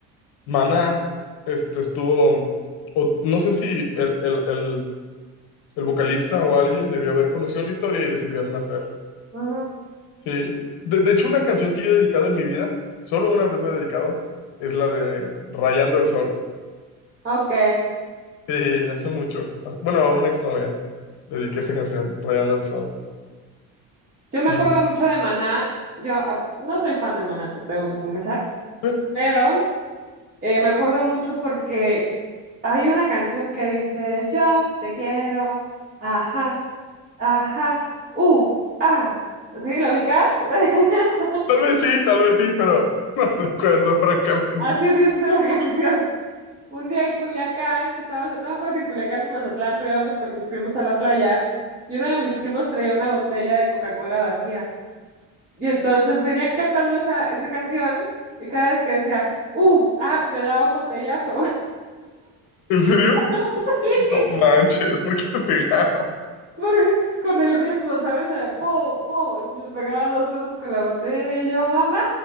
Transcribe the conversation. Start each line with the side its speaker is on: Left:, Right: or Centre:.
Left: Maná, este estuvo, o no sé si el, el, el, el vocalista o alguien debió haber conocido la historia y decidieron hacer,
Right: ujú.
Left: sí. De, de hecho, una canción que yo he dedicado en mi vida, solo una vez la he dedicado, es la de Rayando el Sol.
Right: Ok.
Left: Sí, hace mucho. Hace- Bueno, a una exnovia le dediqué esa canción, Rayando el Sol.
Right: Yo me
Left: Y
Right: acuerdo
Left: <laughs>
Right: mucho de Maná. Yo ah, no soy fan de Maná, te tengo que confesar.
Left: no,
Right: Pero eh, me acuerdo mucho porque hay una canción que dice: Yo te quiero, ajá, ajá, uh, ah. ¿Sí? ¿Lo ubicas? <laughs>
Left: tal vez sí, tal vez sí, pero <laughs> no recuerdo francamente.
Right: Así dice la canción. Un día en Culiacán, estábamos, no me acuerdo si en Culiacán o en Mazatlán, pero íbamos con mis primos a la playa y uno de mis primos traía una botella de Coca-Cola vacía. Y entonces venía cantando esa, esa canción y cada vez que decía, uh, ah, me daba un botellazo.
Left: ¿En serio?
Right: <laughs>
Left: No manches, ¿por qué te pegaba?
Right: Por- con el ritmo, ¿sabes? Era po, po. Entonces me pegaba dos veces con la botella y yo, mamá,